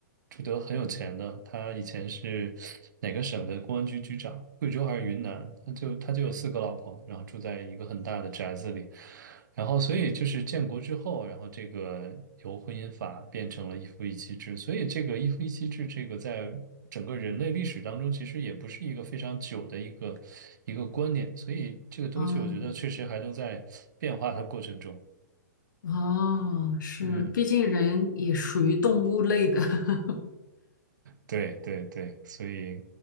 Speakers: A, on the right; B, on the left.
A: 朱德很有钱的，他以前是哪个省的公安局局长，贵州还是云南，他就他就有四个老婆，然后住在一个很大的宅子里，然后所以就是建国之后，然后这个由婚姻法变成了一夫一妻制，所以这个一夫一妻制这个在。整个人类历史当中，其实也不是一个非常久的一个一个观念，所以这个东西我觉得确实还都在变化的过程中。
B: 啊哦，是，
A: 嗯，
B: 毕竟人也属于动物类的，<laughs>
A: 对对对，所以，